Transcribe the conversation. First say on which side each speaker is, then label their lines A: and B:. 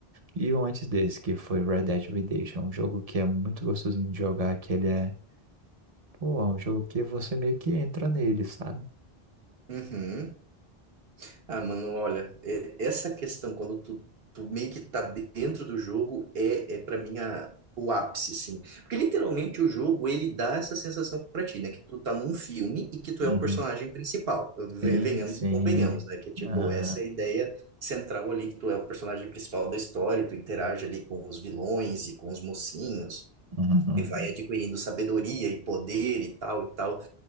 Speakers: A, on the right; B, on the right.
A: E o antes desse, que foi Red Dead Redemption. Um jogo que é muito gostosinho de jogar, que ele é Pô, é um jogo que você meio que entra nele, sabe?
B: Uhum. Ah, mano, olha, e- essa questão, quando tu, tu meio que tá dentro do jogo, é, é para mim a, o ápice, assim. Porque literalmente o jogo, ele dá essa sensação pra ti, né? Que tu tá num filme e que tu
A: Uhum.
B: é o personagem principal. Ve-
A: Sim,
B: Venhamos
A: sim.
B: e convenhamos, né? Que, tipo,
A: Aham,
B: essa é a ideia central ali, que tu é o personagem principal da história, e tu interage ali com os vilões e com os mocinhos.
A: uhum.
B: e vai adquirindo sabedoria e poder e tal e tal.